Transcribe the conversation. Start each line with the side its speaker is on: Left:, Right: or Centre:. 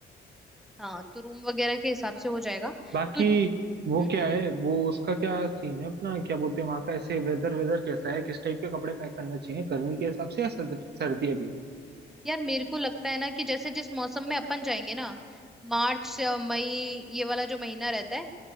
Centre: हाँ तो रूम वगैरह के हिसाब से हो जाएगा
Right: बाकी
Centre: तो हम्म
Right: वो क्या है वो उसका क्या सीन है अपना क्या बोलते हैं वहाँ का ऐसे वेदर वेदर कैसा है किस टाइप के कपड़े पैक करने चाहिए गर्मी के हिसाब से या सर्द, सर्दी अभी
Centre: यार मेरे को लगता है ना कि जैसे जिस मौसम में अपन जाएंगे ना मार्च से मई ये वाला जो महीना रहता है